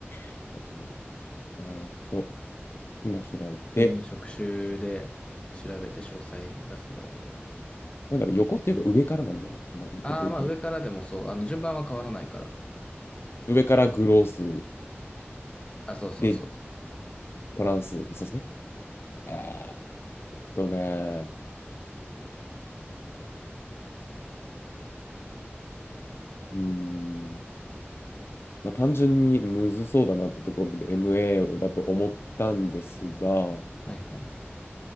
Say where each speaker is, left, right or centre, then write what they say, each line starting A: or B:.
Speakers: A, on the left; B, on the left.
A: うえっとね。えーっと、今開いて、
B: 普通に職種で調べて詳細出せば出てくる。
A: なんだろう、横っていうか上からなんだよな。なこれど、
B: ああ、まあ、
A: ど、
B: 上からでもそう。あの、順番は変わらないから。
A: 上からグロース、
B: あ、そうそうそうそう。
A: で、トランス、そうですね。えーっとね、うーん、まあ、単純にむずそうだなってところで MA だと思ったんですが、
B: はいはい。